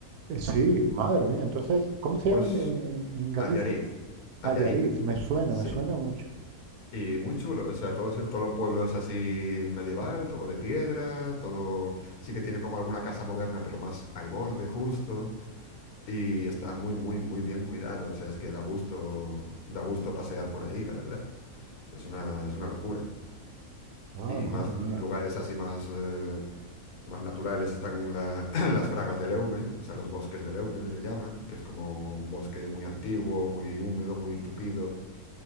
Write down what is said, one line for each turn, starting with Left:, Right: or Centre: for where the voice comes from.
Right: Eh, Sí, madre mía. Entonces, ¿cómo se
Left: Pues
Right: llama en, en- en Galicia?
Left: Allariz, Allariz,
Right: Ayariz Me suena,
Left: sí.
Right: me suena mucho.
Left: Y muy chulo, o sea, todo, se- todo el pueblo es así medieval, todo de piedra, todo sí que tiene como alguna casa moderna, pero más al borde justo. Y está muy, muy, muy bien cuidado, o sea, es que da gusto, da gusto pasear por ahí, la verdad. Es una, es una locura.
Right: Ah,
Left: Y
Right: madre
Left: más lu-
Right: mía.
Left: lugares así más... eh, Más naturales están la- <clears throat> las fragas del Eume, o sea, los bosques del Eume le llaman, que es como un bosque muy antiguo, muy húmedo, muy tupido,